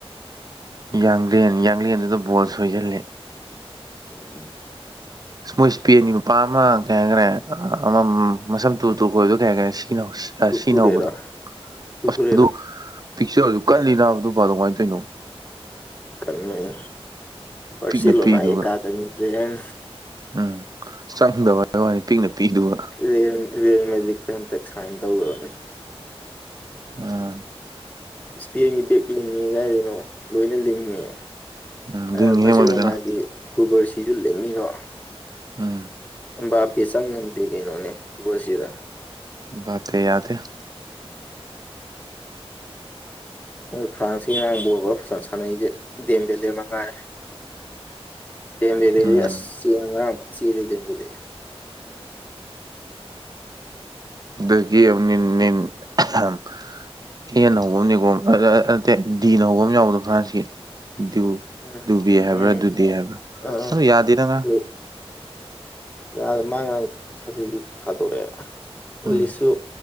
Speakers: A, on the right; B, on the left.
A: ꯌꯥꯡꯂꯦꯟ ꯌꯥꯡꯂꯦꯟꯗꯨꯗ ꯕꯣꯜ ꯁꯣꯏꯁꯤꯜꯂꯦ
B: ꯎꯝ
A: ꯃꯣꯏ ꯏꯁꯄꯦꯟꯒꯤ ꯅꯨꯄꯥ ꯑꯃ ꯀꯩ ꯍꯥꯏꯈꯔꯦ ꯑꯃꯃꯝ ꯃꯁꯝ ꯇꯨ ꯇꯨ ꯈꯣꯏꯕꯗ ꯀꯩ ꯍꯥꯏꯈꯔꯦ ꯁꯤ ꯁꯤꯅꯧ ꯑ
B: ꯀꯨꯀꯨꯔꯦꯔꯥ
A: ꯁꯤ ꯅꯧꯕꯗꯣ
B: ꯀꯨꯀꯨꯔꯦꯔꯥ
A: ꯑꯩ ꯑꯗꯨ ꯄꯤꯛꯆꯔꯁꯨ ꯀꯠꯂꯤꯅꯥꯗꯨꯄꯥꯗꯣ ꯀꯥꯃꯥꯏ ꯇꯩꯅꯣ
B: ꯀꯟꯃꯩ ꯕꯔꯁꯦꯂꯣꯅꯥ
A: ꯄꯤꯛꯅ ꯄꯤꯗꯨꯒ
B: ꯑꯦꯀꯥꯗꯃꯤ ꯇ꯭ꯔꯦꯟ
A: ꯎꯝ ꯆꯪꯗꯕ ꯍꯥꯏ ꯋꯥꯅꯤ ꯄꯤꯛꯅ ꯄꯤꯗꯨ
B: ꯌꯦ ꯔꯤꯌꯦꯜ ꯃꯦꯖꯤꯛꯇ ꯍꯟꯇꯛ ꯁꯥꯏꯟ ꯇꯧꯔꯕꯅꯤ
A: ꯑꯣꯝ
B: ꯏꯁꯄꯤ ꯃꯤ ꯕꯦꯛ ꯂꯤꯡꯉꯦ ꯀꯥꯏꯗꯅꯣ ꯂꯣꯏꯅ ꯂꯤꯡꯉꯦ
A: ꯎꯝ ꯂꯤꯡꯉꯤꯍꯦ
B: ꯑ ꯕꯁꯤꯂꯣꯅꯥꯒꯤ
A: ꯃꯣꯏ ꯐꯖꯅ
B: ꯒꯨꯕꯔꯁꯤꯁꯨ ꯂꯤꯡꯉꯤꯗꯣ
A: ꯎꯝ
B: ꯑꯝꯕꯥꯞꯄꯤ ꯆꯪꯉꯝꯗꯦ ꯀꯩꯅꯣꯅꯦ ꯀꯕꯁꯤꯗ
A: ꯕꯥꯄ꯭ꯔꯦ ꯌꯥꯗꯦ
B: ꯃꯣꯏ ꯐ꯭ꯔꯥꯟꯁꯀꯤ ꯉꯔꯥꯡ ꯕꯣꯜꯃ ꯐꯖ ꯁꯥꯟꯅꯩꯁꯦ ꯗꯦꯝ ꯕꯦꯂꯦ ꯑꯃꯉꯥꯏꯔꯦ ꯗꯦꯝ ꯕꯦꯂꯦꯗꯤ
A: ꯎꯝ
B: ꯑꯁ ꯆꯦ ꯉꯔꯥꯡ ꯐ ꯆꯦꯜꯂꯦ ꯗꯦꯝ ꯕꯦꯂꯦꯗꯤ
A: ꯑꯗꯒꯤ ꯃꯤꯝ ꯃꯤꯝ <unintelligible> ꯍꯦꯅ ꯍꯧꯕ ꯑꯃꯅꯦꯀꯣ ꯑꯗ ꯑꯥ ꯑ ꯅꯠꯇꯦ ꯗꯤꯅ ꯍꯧꯕꯝ ꯌꯥꯎꯕꯗꯣ ꯐ꯭ꯔꯥꯟꯁꯀꯤ <unintelligible>
B: ꯎꯝ
A: ꯗꯨꯕꯤ ꯍꯥꯏꯕ꯭ꯔꯥ
B: ꯎꯝ
A: ꯗꯨꯗꯦ ꯍꯥꯏꯕ꯭ꯔꯥ
B: ꯑꯥ
A: ꯑꯗꯨ ꯌꯥꯗꯦꯗ ꯉꯥꯡ
B: ꯑꯗꯨ ꯌꯥꯗ ꯃꯥꯡꯉꯔꯥꯡ ꯁꯔꯕꯁꯤꯗꯤꯗ ꯊꯥꯗꯣꯔꯛꯑꯦ ꯎꯂꯤꯁꯨ
A: ꯎꯝ